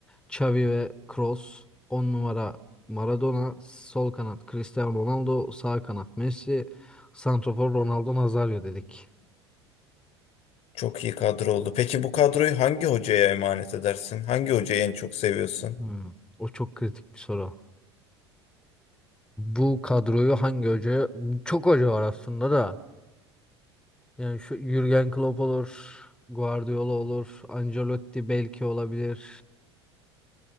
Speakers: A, in the centre; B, on the left.
A: Xavi ve Kroos, 10 numara Maradona, sol kanat Cristiano Ronaldo, sağ kanat Messi, santrafor Ronaldo Nazario dedik.
B: Çok iyi kadro oldu. Peki bu kadroyu hangi hocaya emanet edersin? Hangi hocayı en çok seviyorsun?
A: Hmm, o çok kritik bir soru. Bu kadroyu hangi hoca? Çok hoca var aslında da. Yani şu Jürgen Klopp olur, Guardiola olur, Ancelotti belki olabilir.